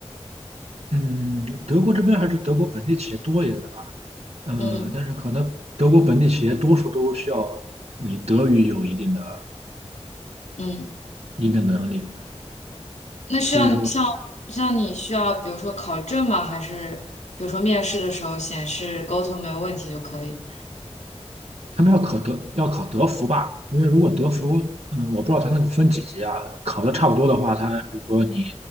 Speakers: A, on the right; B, on the left.
A: 嗯，德国这边还是德国本地企业多一点的吧。呃，
B: 嗯
A: 但是可能德国本地企业多数都需要你德语有一定的
B: 嗯。
A: 一定的能力，
B: 那需要你像像你需要，
A: 所以说
B: 比如说考证吗？还是比如说面试的时候显示沟通没有问题就可以？
A: 他们要考德要考德福吧，因为如果德福，嗯，我不知道他那个分几级啊，考的差不多的话，他比如说你